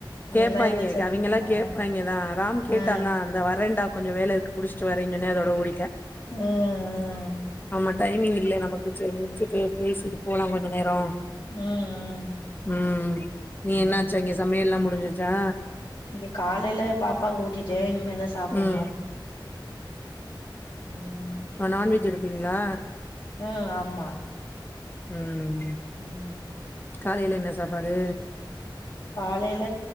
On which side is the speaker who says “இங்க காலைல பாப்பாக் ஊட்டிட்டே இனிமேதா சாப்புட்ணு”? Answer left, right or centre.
Left